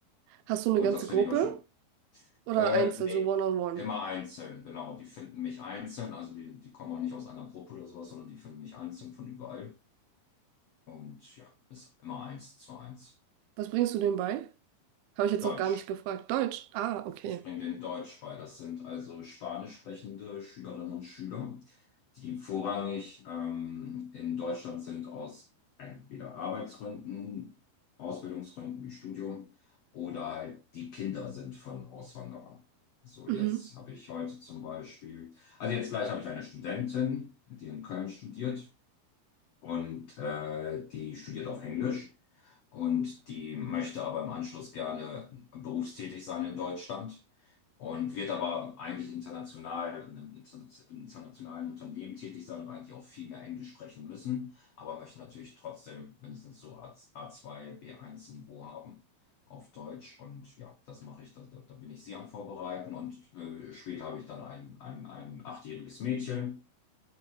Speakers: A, on the right; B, on the left.
A: Hast du eine
B: Und
A: ganze
B: das
A: Gruppe
B: finde ich auch schön.
A: oder
B: Äh,
A: einzeln,
B: nee,
A: so One-on-One?
B: immer einzeln, genau. Die finden mich einzeln, also die, die kommen auch nicht aus einer Gruppe oder sowas, sondern die finden mich einzeln von überall. Und ja, ist immer eins zu eins.
A: Was bringst du denen bei? Habe ich jetzt
B: Deutsch.
A: noch gar nicht gefragt. Deutsch. Ah, okay.
B: Ich bringe den Deutsch bei. Das sind also spanisch sprechende Schülerinnen und Schüler, die vorrangig ähm, in Deutschland sind aus entweder Arbeitsgründen, Ausbildungsgründen wie Studium oder halt die Kinder sind von Auswanderern. So,
A: Mhm.
B: jetzt habe ich heute zum Beispiel, also jetzt gleich habe ich eine Studentin, die in Köln studiert und äh, die studiert auf Englisch und die möchte aber im Anschluss gerne berufstätig sein in Deutschland und wird aber eigentlich international in einem interna- internationalen Unternehmen tätig sein und eigentlich auch viel mehr Englisch sprechen müssen, aber möchte natürlich trotzdem mindestens so A- A2, B1-Niveau haben. auf Deutsch und ja, das mache ich, da, da da bin ich sie am Vorbereiten und äh, später habe ich dann ein, ein, ein achtjähriges Mädchen,